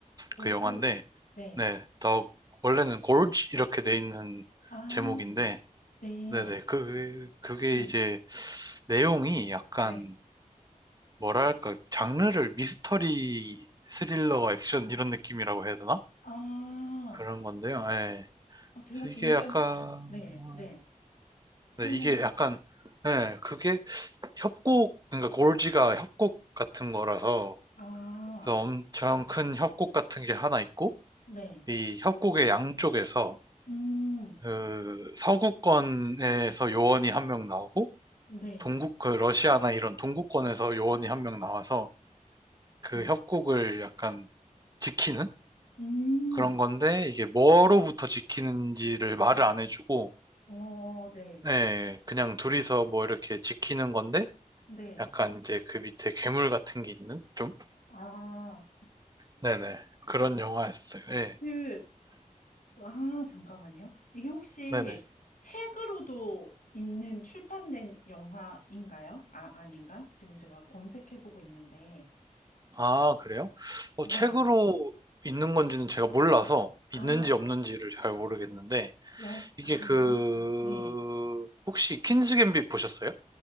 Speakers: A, on the left; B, on the right.
A: 고지.
B: 그 영화인데,
A: 네.
B: 네, 더 원래는 골지 이렇게 돼 있는
A: 아,
B: 제목인데,
A: 네.
B: 네네. 그, 그게
A: 응,
B: 이제 내용이 약간
A: 네.
B: 뭐랄까, 장르를 미스터리, 스릴러, 액션 이런 느낌이라고 해야 되나?
A: 아,
B: 그런 건데요. 예.
A: 어, 제가
B: 이게
A: 굉장히,
B: 약간,
A: 기- 네, 네. 설명해
B: 네, 이게
A: 주세요.
B: 약간, 예, 그게 협곡, 그러니까 골지가 협곡 같은 거라서,
A: 아,
B: 그래서 엄청 큰 협곡 같은 게 하나 있고,
A: 네.
B: 이 협곡의 양쪽에서,
A: 음,
B: 그, 서구권에서 요원이 한 명 나오고,
A: 네.
B: 동국, 그 러시아나 이런 동구권에서 요원이 한 명 나와서 그
A: 음,
B: 협곡을 약간 지키는
A: 음,
B: 그런 건데 이게 뭐로부터 지키는지를 말을 안 해주고
A: 어, 네.
B: 예, 그냥 둘이서 뭐 이렇게 지키는 건데
A: 네.
B: 약간 이제 그 밑에 괴물 같은 게 있는 좀
A: 아,
B: 네네 그런 영화였어요. 예,
A: 그, 아, 잠깐만요. 이게 혹시
B: 네네.
A: 책으로도 있는 출판된 영화인가요? 아, 아닌가? 지금 제가 검색해보고 있는데,
B: 아, 그래요? 어,
A: 그건
B: 책으로
A: 아니,
B: 있는 건지는 제가 몰라서
A: 아,
B: 있는지 없는지를 잘 모르겠는데
A: 영,
B: 이게
A: 아,
B: 그
A: 영화, 네.
B: 혹시 퀸즈 갬빗 보셨어요?